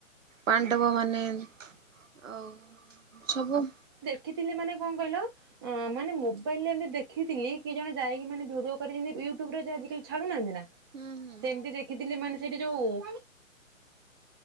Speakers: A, on the right (about 65°); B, on the right (about 20°).
A: ପାଣ୍ଡବମାନେ ଆ ସବୁ
B: ଦେଖିଥିଲେ ମାନେ କଣ କହିଲ ଅ ମାନେ ମୋବାଇଲ ରେ ଏମି ଦେଖଥିଲି କି ଜଣେ ଯାଇକି ମାନେ ଭିଡିଓ କରିମତି ୟୁଟ୍ୟୁବରେ ଆଜିକାଲି ଛାଡୁନାହାନ୍ତି ନା
A: ହୁଁ
B: ସେମିତି ଦେଖିଥିଲି ମାନେ ସେଇଠି ଯୋଉ ଉଁ